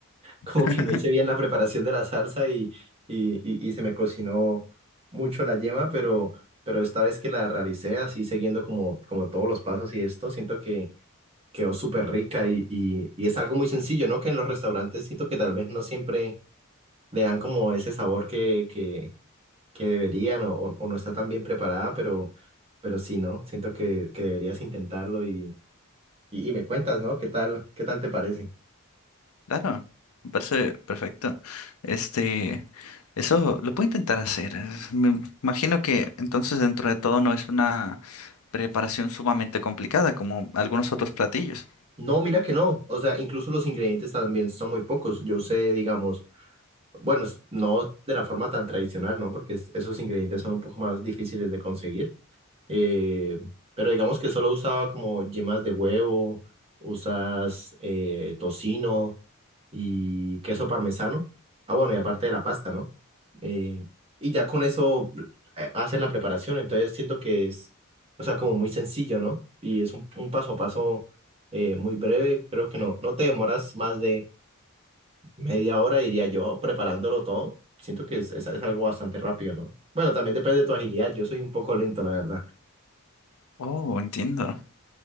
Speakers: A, on the left (about 80°); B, on the right (about 25°).
A: <laughs>
B: como que no hice bien la preparación de la salsa y, y, y, y se me cocinó mucho la yema, pero, pero esta vez que la realicé así siguiendo como, como todos los pasos y esto, siento que quedó súper rica y, y, y es algo muy sencillo, ¿no? Que en los restaurantes siento que tal vez no siempre le dan como ese sabor que, que, que deberían o, o o no está tan bien preparada, pero, pero sí, ¿no? Siento que, que deberías intentarlo y, y, y me cuentas, ¿no? ¿Qué tal, qué tal te parece?
A: Claro, me parece perfecto. Este, eso lo puedo intentar hacer. Es- Me imagino que entonces dentro de todo no es una preparación sumamente complicada como algunos otros platillos.
B: No, mira que no. O sea, incluso los ingredientes también son muy pocos. Yo usé, digamos, bueno, es- no de la forma tan tradicional, ¿no? Porque es- esos ingredientes son un poco más difíciles de conseguir eh, pero digamos que solo usaba como yemas de huevo, usas eh, tocino y queso parmesano. Ah, bueno, y aparte de la pasta, ¿no? Eh, y ya con eso eh, haces la preparación, entonces siento que es, o sea, como muy sencillo, ¿no? Y es un, un paso a paso eh, muy breve, creo que no, no te demoras más de media hora, diría yo, preparándolo todo. Siento que es, es- es algo bastante rápido, ¿no? Bueno, también depende de tu agilidad, yo soy un poco lento, la verdad.
A: Oh, entiendo.